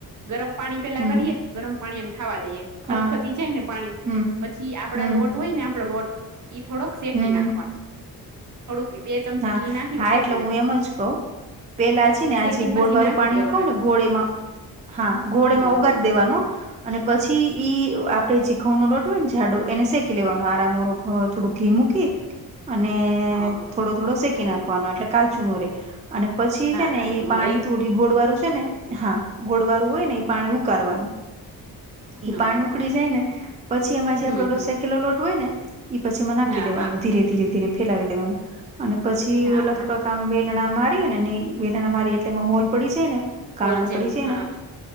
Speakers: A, on the right; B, on the right.
A: ગરમ પાણી પેલા
B: હમ
A: કરીએ ગરમ પાણી એમ થાવા દઈએ ખદખદી
B: હા
A: જાયને પાણી
B: હમ
A: પછી આપડા
B: હમ
A: લોટ હોયને આપડો લોટ થોડોક શેકી
B: હમ હમ.
A: નાખવાનો થોડુંક બે ચમચી
B: હા
A: ઘી નાખીને
B: હા
A: શેક
B: એટલે હું એમ જ ક‌ઉ પેલા છેને
A: શેકીને
B: આજે ગોળ
A: પછી
B: વાળું
A: નાખી
B: પાણી
A: દેવાનું
B: હું ક‌‌ઉને ગોળ એમાં હા ગોળ‌
A: હા
B: એમાં ઓગારી
A: હા
B: દેવાનો અને પછી ઈ આપડે જી ઘઉંનો લોટ હોયને જાડો એને શેકી લેવાનો આરામોરો થોડું ઘી મૂકી અને
A: હા
B: થોડો થોડો શેકી નાખવાનો એટલે કાચું નો રેય અને પછી
A: હા
B: છે ને
A: કાચું
B: ઈ
A: નો
B: પાણી
A: રે
B: તું રીગોળવાળું છેને હા ગોડવારું હોય ને એ પાણી ઉકારવાનું એ
A: હા
B: પાણી
A: હા
B: ઉકળી જાય ને પછી એમાં જે
A: હમ
B: આપડો
A: હમ
B: સેકેલો લોટ હોય ને એ પછી એમાં નાખી
A: હા
B: દેવાનું
A: હા
B: ધીરે ધીરે ધીરે ફેલાવી દેવાનું અને પછી
A: હા
B: ઓલા
A: હા
B: થોડાક આમ વેલણા મારીએ ને નઈ વેલણા મારીએ એટલેમાં હોલ પડી જાય ને કાણાપડી
A: હોલ જેવું
B: છે
A: હા
B: ને